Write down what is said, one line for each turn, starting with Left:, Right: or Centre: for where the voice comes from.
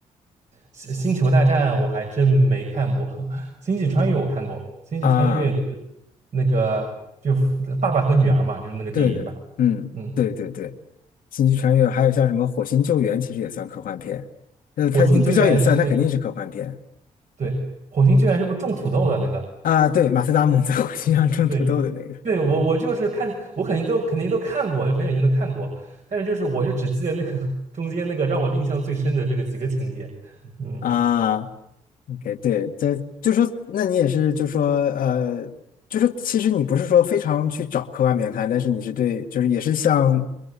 Right: 星星球大战我还真没看过，<laughs> 星际穿越我看过，星际穿越就是
Left: 啊，
Right: 那个就爸爸和女儿嘛，就是那个电影对吧？
Left: 对对，嗯，
Right: 嗯，
Left: 对对对，《星际穿越》还有像什么《火星救援》，其实也算科幻片。呃，它不叫也算，
Right: 火星救援是那
Left: 它肯定是科幻片
Right: 对，火星救援是不是种土豆的那个？
Left: 啊。对，马斯达蒙在火星上种土豆的那个。
Right: 对，对我我就是看我肯定都肯定都看过，就很久以前都看过，但是就是我就只记得那个 <laughs> 中间那个让我印象最深的这个几个情节，嗯。
Left: 啊，OK，对，这就说，那你也是就说，呃，就是其实你不是说非常去找科幻片看，但是你是对，就是也是像